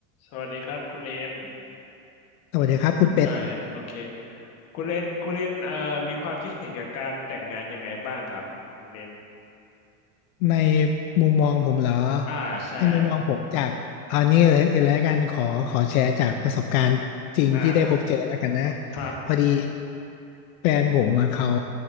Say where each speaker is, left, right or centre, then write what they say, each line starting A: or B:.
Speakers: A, on the left; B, on the left.
A: สวัสดีครับคุณเลน
B: สวัสดีครับคุณเป็ด
A: อ่าโอเคคุณเลนคุณเลนเอ่อมีความคิดเห็นกับการแต่งงานยังไงบ้างครับของคุณเลน
B: ในมุมมองผมเหรอ
A: อ่าใช่
B: ในมุมมองผมจากเอานี้เลยแล้วกันขอขอแชร์จากประสบการณ์จริงที่ได้พบเจอแล้วกันนะ
A: อ่าครับครับ
B: พอดีแฟนผมมาเขา